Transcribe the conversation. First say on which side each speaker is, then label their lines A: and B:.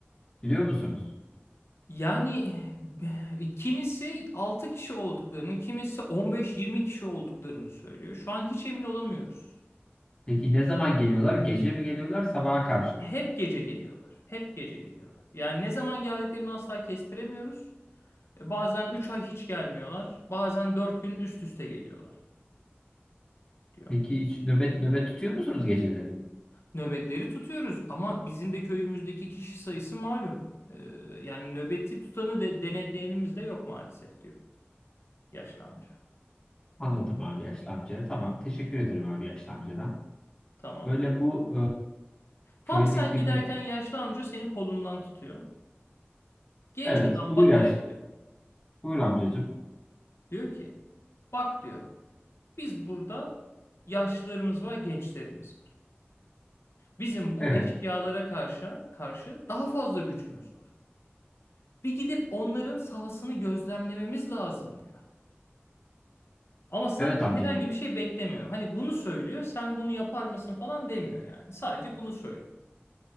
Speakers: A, on the left; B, on the left.
A: biliyor musunuz?
B: Yani <sighs> e, kimisi 6 kişi olduklarını, kimisi on beş, yirmi kişi olduklarını söylüyor. Şu an hiç emin olamıyoruz
A: Peki
B: diyor.
A: ne zaman geliyorlar? Gece mi geliyorlar, sabaha karşı
B: Hep
A: mı?
B: gece geliyorlar. Hep gece geliyorlar. Yani ne zaman geldiklerini asla kestiremiyoruz. E, Bazen 3 ay hiç gelmiyorlar. Bazen 4 gün üst üste geliyorlar diyor.
A: Peki hiç nöbet nöbet tutuyor musunuz geceleri?
B: Nöbetleri tutuyoruz ama bizim de köyümüzdeki kişi sayısı malum. Ee, yani nöbeti tutanı de, denetleyenimiz de yok maalesef diyor yaşlı amca.
A: Anladım abi yaşlı amca. Tamam. Teşekkür ederim abi yaşlı amcadan.
B: Tamam.
A: Böyle bu
B: Tam
A: e, köydeki
B: sen giderken
A: bu...
B: yaşlı amca senin kolundan tutuyor. Genç
A: Evet.
B: adam
A: Buyur
B: bakar
A: yaşlı.
B: ediyor.
A: Buyur amcacığım.
B: Diyor ki bak diyor biz burada yaşlılarımız var gençlerimiz var. Bizim bu
A: Evet.
B: eşkıyalara karşı, karşı daha fazla gücümüz var. Bir gidip onların sahasını gözlemlememiz lazım diyor. Ama senden
A: Evet amcacığım.
B: herhangi bir şey beklemiyor. Hani bunu söylüyor, sen bunu yapar mısın falan demiyor yani. Sadece bunu söylüyor.